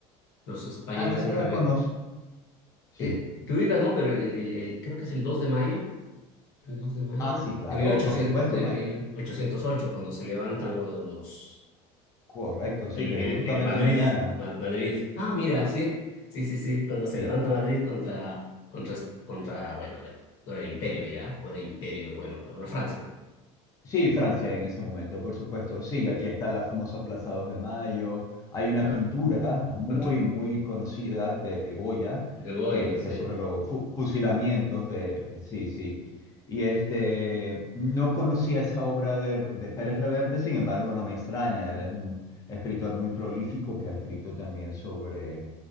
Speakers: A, on the left (about 75°); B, on the left (about 20°).
A: los españoles
B: Ah, esa
A: se
B: no
A: rebe...
B: la conozco. Sí,
A: eh, te ubicas, ¿no? Pero el, el, el- el- creo que es el 2 de mayo, el 2 de mayo
B: ah, sí, claro,
A: de 1800,
B: por supuesto,
A: de
B: ma-
A: 1808, cuando se levantan los, los,
B: correcto, sí,
A: El,
B: que
A: el-
B: es justamente
A: el Madrid,
B: mañana.
A: Ma- Madrid. Ah, mira, sí, sí, sí, sí. Cuando se
B: sí
A: levanta Madrid contra, contra, contra, bueno, eh, no era el Imperio ya, o era Imperio, bueno, contra Francia,
B: Sí, Francia en ese momento, por supuesto. Sí, aquí está la famosa Plaza 2 de Mayo. Hay una
A: Claro.
B: pintura muy,
A: contra
B: muy conocida de Goya
A: De Goya,
B: que,
A: sí.
B: que sobre los fu- fusilamientos de, de- Sí, sí. Y este, no conocía esa obra de, R- de Pérez Reverte, sin embargo, no me extraña. Él es un escritor muy prolífico
A: Sí.
B: que ha escrito también sobre